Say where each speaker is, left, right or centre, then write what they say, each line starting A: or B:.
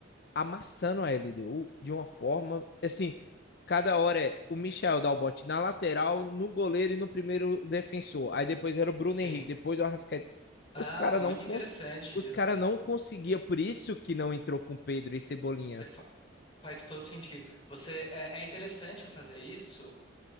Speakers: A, on the left; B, on the left.
A: amassando a LDU de uma forma assim, cada hora é o Michel dá o bote na lateral, no goleiro e no primeiro defensor. Aí depois era o Bruno
B: Sim.
A: Henrique, depois o Arrascaeta.
B: Ah,
A: Os caras
B: muito
A: não cons...
B: interessante
A: os
B: isso.
A: cara não conseguia, por isso que não entrou com Pedro e Cebolinha,
B: Você fa- faz todo sentido. Você é, é interessante fazer isso